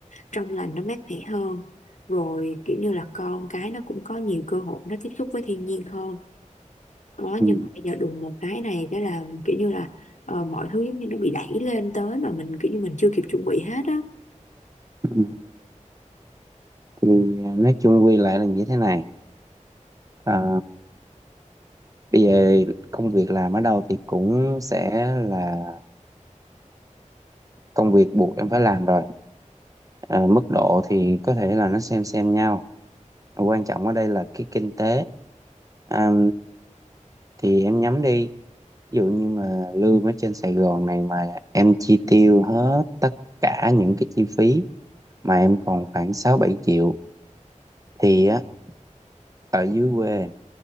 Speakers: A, on the left; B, on the right.
A: trong lành nó mát mẻ hơn rồi kiểu như là con cái nó cũng có nhiều cơ hội nó tiếp xúc với thiên nhiên hơn Ờ,
B: ừ,
A: nhưng mà bây giờ đùng một cái này cái là kiểu như là ờ, mọi thứ giống như nó bị đẩy lên tới mà mình kiểu như mình chưa kịp chuẩn bị hết á
B: ừ. thì nói chung quy lại là như thế này à, bây giờ công việc làm ở đâu thì cũng sẽ là công việc buộc em phải làm rồi à, mức độ thì có thể là nó xem xem nhau quan trọng ở đây là cái kinh tế à, thì em nhắm đi ví dụ như mà lương ở trên Sài Gòn này mà em chi tiêu hết tất cả những cái chi phí mà em còn khoảng 6 7 triệu thì á ở dưới quê